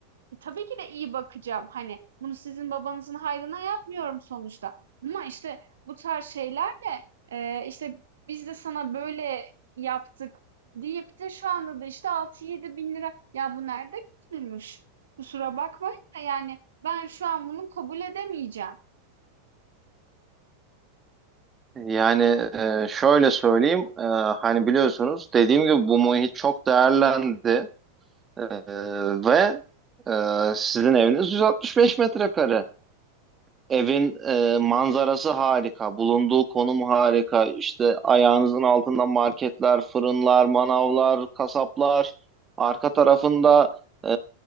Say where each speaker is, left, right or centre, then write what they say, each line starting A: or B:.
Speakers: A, on the right; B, on the right.
A: e, tabii ki de iyi bakacağım. Hani, bunu sizin babanızın hayrına yapmıyorum sonuçta ama, işte, bu tarz şeylerle, eee, işte, "Biz de sana böyle yaptık." deyip de şu anda da, işte, altı yedi bin lira ya, bu nerede görülmüş? Kusura bakmayın da, yani, ben şu an bunu kabul edemeyeceğim.
B: Yani e, şöyle söyleyeyim, e, hani biliyorsunuz dediğim gibi bu muhit çok değerlendi E, ve e, sizin eviniz 165 metrekare. Evin e, manzarası harika, bulunduğu konum harika. İşte ayağınızın altında marketler, fırınlar, manavlar, kasaplar. Arka tarafında e,